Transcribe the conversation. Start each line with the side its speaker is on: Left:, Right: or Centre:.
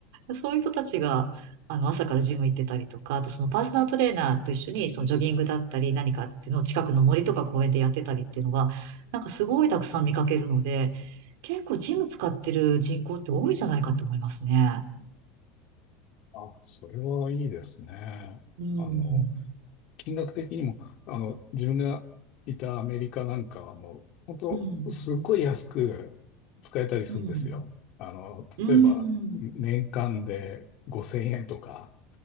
Right: そういう人たちが、あの、朝からジム行ってたりとか、あとそのパーソナルトレーナーと一緒に、そのジョギングだったり何かっていうのを近くの森とか公園でやってたりっていうのは、なんかすごいたくさん見かけるので、結構ジム使ってる人口って多いんじゃないかと思いますね。
Left: あ、それはいいですね。
Right: うん。
Left: あの、金額的にも、あの、自分がいたアメリカなんかはもう、本当すっごい安く使えたりするんですよ。
Right: うん。うん。
Left: あの、
Right: うん。
Left: 例えば、年間で5000円とか。